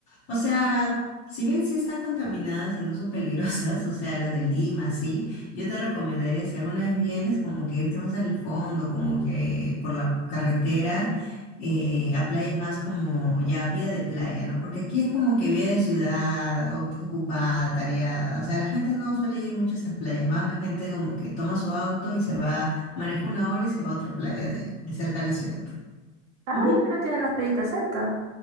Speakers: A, on the left; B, on the right.
A: O sea, si bien sí están contaminadas y no son peligrosas, <laughs> o sea, las de Lima, sí, yo te recomendaría, si alguna vez vienes, como que irte más al fondo, como que por la carretera, eh, a playas más como ya vida de playa, ¿no? Porque aquí es como que vida de ciudad o- ocupada, tareada. O sea, la gente no suele ir mucho a estas playas, más la gente como que toma su auto y se va. Maneja una hora y se va a otra playa de, de cerca de la ciudad.
B: Ay,
A: Ujú.
B: pero tienen las playitas cerca.